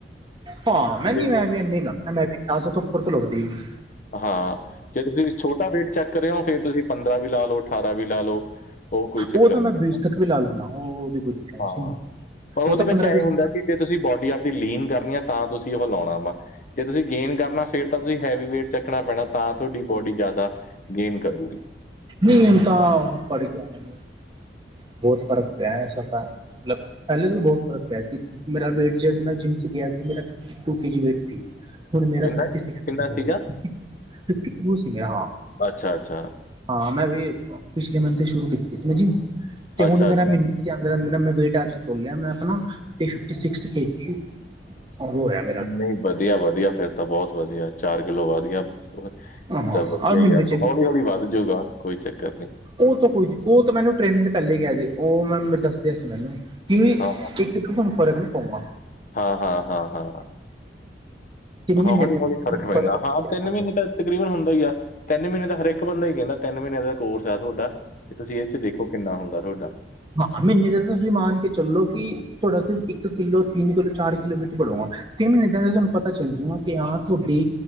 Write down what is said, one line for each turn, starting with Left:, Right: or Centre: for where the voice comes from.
Right: ਹਾਂ ਮੈਂ ਨੀ
Left: ਜੇ
Right: ਮੈਂ ਵੀ ਇਨੀ ਲਾਂਨਾ ਮੈਂ ਵੀ ਦਸ ਤੋਂ ਉੱਪਰ ਤੇ ਲਗਦੀ ਨਈ।
Left: ਹਾਂਜੇ ਤੁਸੀਂ ਛੋਟਾ ਵੇਟ ਚੈੱਕ ਕਰ ਰਏ ਓ, ਫਿਰ ਤੁਸੀਂ ਪੰਦਰਾਂ ਵੀ ਲਾ ਲਓ ਅਠਾਰਾਂ ਵੀ ਲਾ ਲਓ। ਓ ਕੋਈ ਚੱਕਰ
Right: ਉਹ ਤਾਂ ਮੈਂ
Left: ਨਈ
Right: ਬੀਸ
Left: ਹੈਗਾ
Right: ਤੱਕ ਵੀ ਲਾ ਲੈਂਦਾ ਉਹ ਉਹਦੀ ਕੋਈ ਟੈਨਸ਼ਨ
Left: ਹਾਂ
Right: ਨਹੀਂ
Left: ਪਰ ਉਹਦੇ
Right: ਉਹ ਤਾਂ
Left: ਵਿੱਚ
Right: ਪੰਦਰਾਂ
Left: ਐਂ
Right: ਵੀਹ
Left: ਹੁੰਦਾ ਕਿ ਜੇ ਤੁਸੀਂ ਬੋਡੀ ਆਪਦੀ ਲੀਨ ਕਰਨੀ ਐ ਤਾਂ ਤੁਸੀਂ ਓ ਲਾਣਾ ਵਾ। ਜੇ ਤੁਸੀਂ ਗੇਨ ਕਰਨਾ ਫਿਰ ਤਾਂ ਤੁਸੀਂ ਹੈਵੀ ਵੇਟ ਚੱਕਣਾ ਪੈਣਾ ਤਾਂ ਤੁਹਾਡੀ ਬੋਡੀ ਜਾਦਾ ਗੇਨ ਕਰੂਗੀ।
Right: ਨੀ ਹੁਨ ਤਾਂ ਪੜ ਗਿਆ ਮੈਨੂੰ ਬੋਤ ਫ਼ਰਕ ਪਿਆ ਐਸਾ ਤਾ ਮਤਲਬ ਪੈਲੇ ਤਾਂ ਬੋਤ ਫ਼ਰਕ ਪਿਆ ਸੀ ਮੇਰਾ ਵੇਟ ਜ ਮੈਂ ਜਿੰਮ 'ਚ ਗਿਆ ਸੀ ਮੇਰਾ ਪੈਲੇ fifty two K G weight ਸੀ ਹੁਣ ਮੇਰਾ
Left: ਕਿੰਨਾ
Right: ਫਿਫਟੀ ਸਿਕਸ
Left: ਕਿੰਨਾ
Right: ਹੋ
Left: ਸੀਗਾ
Right: ਗਿਆ ਫਿਫਟੀ ਟੂ ਸੀ ਮੇਰਾ ਹਾਂ।
Left: ਅੱਛਾ-ਅੱਛਾ
Right: ਹਾਂ ਮੈਂ ਵੀ ਪਿਛਲੇ ਮੰਥ ਤੇ ਸ਼ੁਰੂ ਕੀਤੀ ਸੀ ਨਾ ਜਿੰਮ ਤੇ ਹੁਣ
Left: ਅੱਛਾ ਅੱਛਾ
Right: ਮੇਰਾ <unintelligible> ਨ
Left: ਅੱਛਾ।
Right: ਮੈ-ਮੈ ਵੇਟ ਅੱਜ ਤੋਲਿਆ ਮੈਂ ਆਪਣਾ ਤੇ ਫਿਫਟੀ ਸਿਕਸ ਕੇ ਜੀ ਹੋਇਆ ਮੇਰਾ
Left: ਨਈ ਵਧੀਆ-ਵਧੀਆ ਫਿਰ ਤਾਂ ਬੋਤ ਵਧੀਆ ਚਾਰ ਕਿੱਲੋ ਵੱਧ ਗਿਆ।
Right: ਹਾਂ
Left: ਤਾਂ ਵਦੀਆ
Right: ਔਰ ਮਹੀਨੇ
Left: ਹੀ ਆ
Right: ਚ
Left: ਹੌਲੀ-ਹੌਲੀ ਵੱਧ ਜਾਊਗਾ ਕੋਈ ਚੱਕਰ ਨਈ।
Right: ਓ ਤਾਂ ਕੋਈ ਦਿ ਓ ਤਾਂ ਮੈਨੂੰ ਟ੍ਰੈਂਡ ਪੈਲੇ ਕਿਆ ਸੀ ਓ ਮੈਨੂੰ ਦੱਸਦੇ ਸੀ ਮੈਨੂੰ ਕਿਊ ਜੀ
Left: ਹਾਂ
Right: ਇੱਕਦਮ ਤੁਹਾਨੂੰ ਫਰਕ ਨਈ ਪੈਂਦਾ।
Left: ਹਾਂ-ਹਾਂ-ਹਾਂ ਹਾ
Right: ਮਹੀਨੇ
Left: ਹਾ ਦੀ
Right: ਦੇ
Left: ਗੱਲ ਵਿੱਚ ਫ਼ਰਕ ਪੈਂਦਾ
Right: ਫ਼ਰਕ
Left: ਹਾਂ ਤਿੰਨ ਮ੍ਹੀਨੇ ਤੇ ਤਕਰੀਬਨ ਹੁੰਦਾ ਈ ਆ ਤਿੰਨ ਮ੍ਹੀਨੇ ਦਾ ਹਰੇਕ ਬੰਦਾ ਈ ਕੈਂਦਾ ਤਿੰਨ ਮ੍ਹੀਨੇ ਦਾ ਕੋਰਸ ਐ ਤੁਹਾਡਾ ਕਿ ਤੁਸੀਂ ਏਥੇ ਦੇਖੋ ਕਿੰਨਾ ਹੁੰਦਾ ਤੁਹਾਡਾ
Right: ਹਾਂ ਮ੍ਹੀਨੇ ਤੇ ਤੁਸੀਂ ਮਾਣ ਕੇ ਚੱਲੋ ਕੀ ਤੁਆਡਾ ਸਿਰਫ ਇੱਕ ਕਿੱਲੋ, ਤਿੰਨ ਕਿੱਲੋ, ਚਾਰ ਕਿੱਲੋ ਵੇਟ ਘੜੂਗਾ। ਤਿੰਨ ਮਹੀਨੇ ਜਾਂਦੇ ਤਾਨੂੰ ਪਤਾ ਚੱਲ ਜੂਗਾ ਕਿ ਹਾਂ ਤੋਡੀ